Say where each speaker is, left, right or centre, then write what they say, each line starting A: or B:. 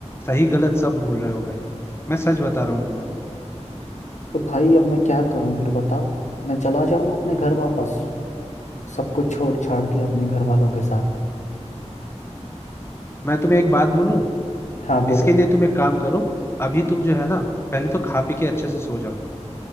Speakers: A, on the left; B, on the left.
A: सही गलत सब भूल रहे हो भाई मैं सच बता रहा हूँ तुम्हें
B: तो भाई अब मैं क्या करूँ फिर बताओ मैं चला जाऊँ अपने घर वापस सब कुछ छोड़ छाड़ के अपने घर वालों के साथ
A: मैं तुम्हें एक बात बोलूं
B: हाँ बोलो
A: इसके लिए तुम एक काम करो अभी तुम जो है ना पहले तो खा पी के अच्छे से सो जाओ